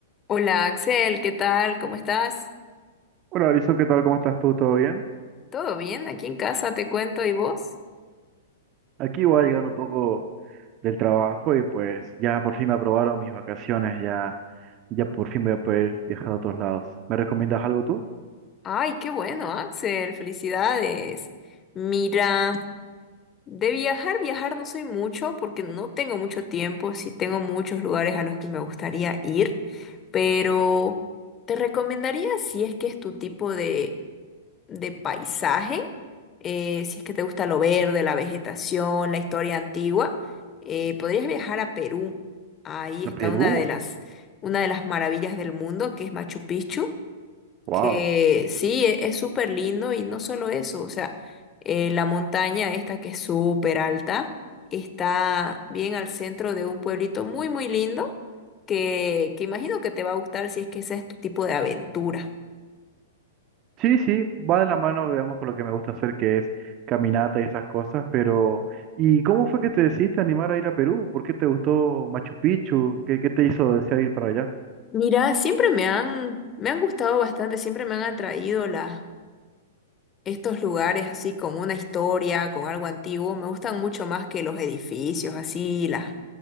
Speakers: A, on the left (about 25°); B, on the right (about 35°).
A: Hola Axel, ¿qué tal? ¿Cómo estás?
B: Hola, Alison, ¿qué tal? ¿Cómo estás tú? ¿Todo bien?
A: ¿Todo bien? Aquí en casa te cuento, ¿y vos?
B: Aquí voy llegando un poco del trabajo y pues ya por fin me aprobaron mis vacaciones, ya, ya por fin voy a poder viajar a otros lados. ¿Me recomiendas algo tú?
A: Ay, qué bueno, Axel, felicidades. Mira. De viajar, viajar no soy mucho porque no tengo mucho tiempo, sí tengo muchos lugares a los que me gustaría ir, pero te recomendaría si es que es tu tipo de, de paisaje, eh, si es que te gusta lo verde, la vegetación, la historia antigua, eh, podrías viajar a Perú. Ahí está
B: ¿A Perú?
A: una de las, una de las maravillas del mundo, que es Machu Picchu
B: Wow.
A: que sí, e- es súper lindo y no solo eso, o sea, eh, la montaña esta que es súper alta está bien al centro de un pueblito muy, muy lindo que, que imagino que te va a gustar si es que ese es tu tipo de aventura.
B: Sí, sí, va de la mano, digamos, con lo que me gusta hacer, que es caminata y esas cosas, pero ¿y cómo fue que te decidiste a animar a ir a Perú? ¿Por qué te gustó Machu Picchu? ¿Qué, qué te hizo desear ir para allá?
A: Mira, siempre me han, me han gustado bastante, siempre me han atraído las, estos lugares así con una historia, con algo antiguo, me gustan mucho más que los edificios así, las